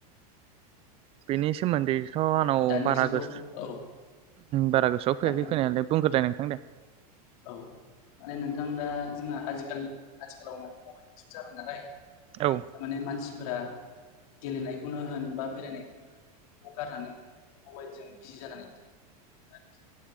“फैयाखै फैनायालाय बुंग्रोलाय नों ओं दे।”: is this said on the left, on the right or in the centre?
Right